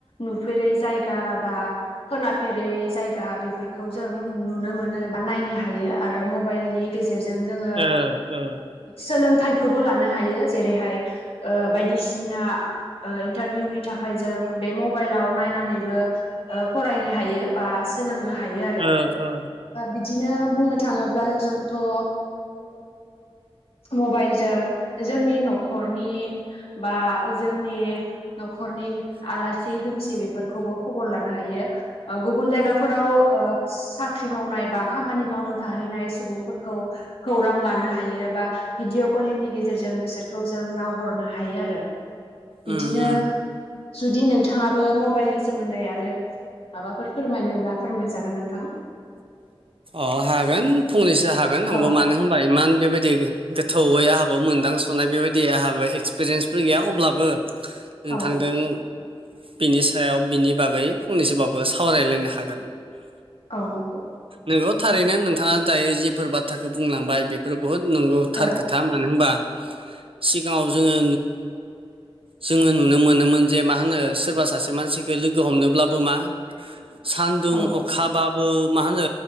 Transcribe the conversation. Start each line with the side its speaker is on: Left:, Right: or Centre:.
Left: नुफेरै जायगा बा खोनाफेरै जायगा बेफोरखौ जों नुनो मोनो बा नायनो हायो आरो म मबाइलनि गेजेरजों जोङो
Right: ओ ओ
Left: सोलोंथाइखौबो लानो हायो जेरैहाय बायदिसिना इन्टारभिउनि थाखाय जों बे मबाइलाव नायनानैबो फरायनो हायो बा सोलोंनो हायो आरो
Right: ओ ओ
Left: बिदिनो बुंनो थाङोबा ब्लानो जोंथ' ओ मबाइलजों जोंनि न'खरनि बा जोंनि न'खरनि आलासि दुमसि बेफोरखौबो खबर लानो हायो गुबुन जायगाफोराव साख्रि मावनाय बा खामानि मावनो थाहैनाय सुबुंफोरखौ खौरां लानो हायो एबा भिडिअ कलिंनि गेजेरजों बिसोरखौ जों नायहरनो हायो आरो बिदिनो
Right: उम उम
Left: जुदि नोंथाङाबो मबाइलनि सोमोन्दै आरो माबाफोर फोरमायनोब्ला फोरमायजागोन नोंथां
Right: अह हागोन फंनैसो हागोन आंबो
Left: औ
Right: मानो होमबा इमान बेबायदि गोथौयै आंहाबो मोनदांसनाय बेबायदि आंहाबो एक्सपिरियेन्सफोर गैया अब्लाबो नोंथांजों
Left: औ
Right: बिनि सायाव बिनि बागै फंनैसोबाबो सावरायलायनो हागोन
Left: औ नंगौ
Right: नंगौ थारैनो नोंथाङा दायो जिफोर बाथ्राखौ बुंलांबाय बेफोर बुहुत नंगौ थार
Left: औ
Right: खोथा मानो होनबा सिगाङाव जोङो जोङो नुनो मोनोमोन जे मा होनो सोरबा सासे मानसिखौ लोगो हमनोब्लाबो मा <inaudible> सानदुं
Left: औ
Right: अखाबाबो मा होनो